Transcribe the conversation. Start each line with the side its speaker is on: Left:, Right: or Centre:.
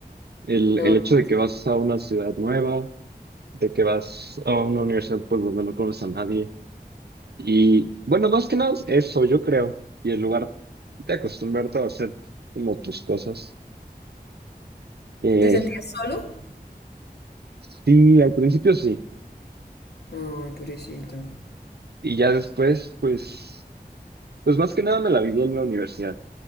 Right: El,
Left: No,
Right: el hecho
Left: qué
Right: de que vas
Left: triste.
Right: a una ciudad nueva, de que vas a una universidad pues donde no conoces a nadie. Y bueno, más que nada eso, yo creo. Y el lugar de acostumbrarte a hacer como tus cosas. Eh,
Left: ¿Te sentías solo?
Right: sí, al principio sí.
Left: Ay, pobrecito.
Right: Y ya después, pues, pues más que nada me la viví en la universidad.